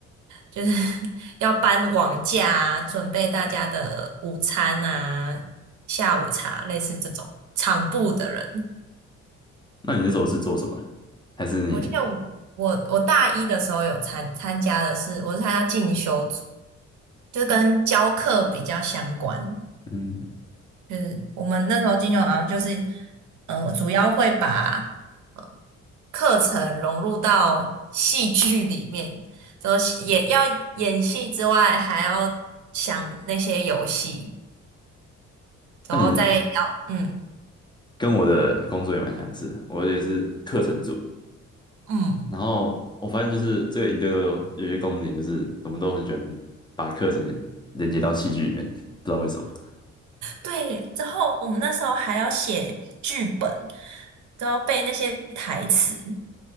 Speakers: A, on the right; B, on the left.
A: 就是 <laughs> 要搬网架啊准备大家的午餐啊、下午茶，类似这种场部的人。
B: 那你那时候是做什么的还是你，
A: 我记得我我我大一的时候有参参加的是，我是参加进修组，就是跟教课比较相关。
B: 嗯，
A: 就是我们那时候进修好像就是，嗯、主要会把呃课程融入到戏剧里面，就是演要演戏之外，还要想那些游戏，然后再要嗯
B: 那你跟我的工作也蛮相似的，我也是课程组。
A: 嗯。
B: 然后我发现就是这个营队都有有些共同点，就是我们都很喜欢把课程连接到戏剧里面，不知道为什么。
A: 对，之后我们那时候还要写剧本，都要背那些台词，